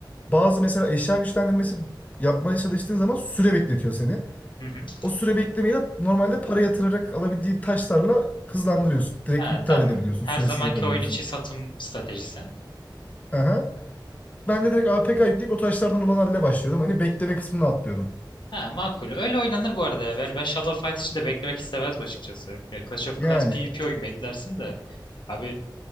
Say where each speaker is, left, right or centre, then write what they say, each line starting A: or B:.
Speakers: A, on the left; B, on the left.
A: Bazı mesela eşya güçlendirmesi yapmaya çalıştığın zaman süre bekletiyor seni.
B: Hı hı.
A: O süre beklemeyi de normalde para yatırarak alabildiği taşlarla hızlandırıyorsun. Direkt
B: Ha
A: iptal
B: tamam.
A: edebiliyorsun.
B: Her
A: Süresiz
B: zamanki
A: yapabiliyorsun.
B: oyun içi satım stratejisi.
A: Aha. Ben de direkt APK yükleyip o taşlardan olan halle başlıyordum. Hani bekleme kısmını atlıyordum.
B: Ha makul. Öyle oynanır bu arada ya. Ben, ben Shadow Fight için de beklemek istemezdim açıkçası. Yani Clash of
A: Yani.
B: Clans PvP oyun beklersin de. Abi